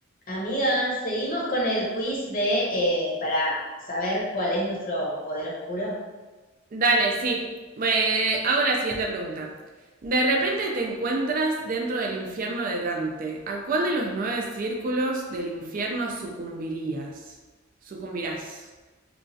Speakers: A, on the left; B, on the right.
A: Amiga, seguimos con el quiz de eh, para saber cuál es nuestro poder oscuro.
B: Dale, sí. Eh, hago la siguiente pregunta. De repente te encuentras dentro del infierno de Dante. ¿A cuál de los nueve círculos del infierno sucumbirías? Sucumbirás.